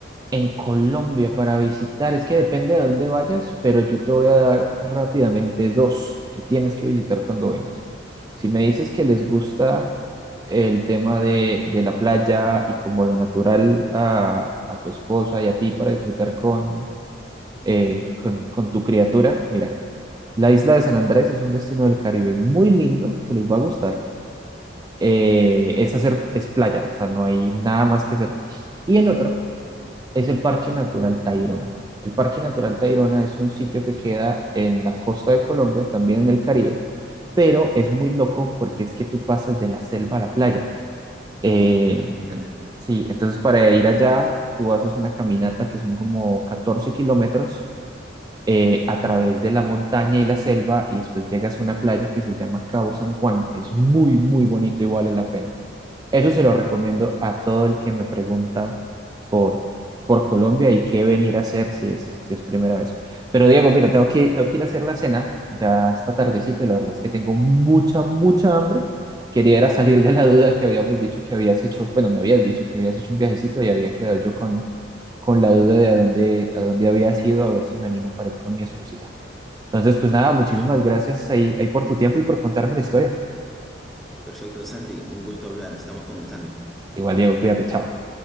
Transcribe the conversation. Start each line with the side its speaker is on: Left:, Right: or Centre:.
Right: En Colombia para visitar, es que depende de dónde vayas, pero yo te voy a dar rápidamente dos que tienes que visitar cuando vengas. Si me dices
Centre: Sí,
Right: que les gusta el tema de, de la playa y como lo natural a, a tu esposa y a ti para disfrutar con, eh, con, con tu criatura, mira, la isla de San Andrés es un destino del Caribe muy lindo que les va a gustar. Eh, es hacer, es playa, o sea, no hay nada más que hacer. Y el otro
Centre: ok.
Right: es el Parque Natural Tayrona. El Parque Natural Tayrona es un sitio que queda en la costa de Colombia, también en el Caribe, pero es muy loco porque es que tú pasas de la selva a la playa. Eh,
Centre: Mm,
Right: sí, entonces para ir allá tú haces una caminata que son como 14 kilómetros eh, a través de la montaña y la selva y después llegas a una playa que se llama Cabo San Juan. Es muy, muy bonito y vale la pena. Eso se lo recomiendo a todo el que me pregunta por, por Colombia y qué venir a hacer si es, si es primera vez. Pero Diego, mira, tengo que, tengo que ir a hacer la cena, ya está tardecito y la verdad es que tengo mucha, mucha hambre. Quería era salir de la duda que habíamos dicho que habías hecho, bueno, me habías dicho que habías hecho un viajecito y había quedado yo con, con la duda de a dónde, a dónde había sido, a ver si me animo para ir con mi esposita. Entonces, pues nada, muchísimas
Centre: perf-
Right: gracias ahí, ahí por tu tiempo y por contarme la historia.
Centre: perfecto, Santi, un gusto hablar, estamos conversando.
Right: Igual, Diego, cuídate, chao.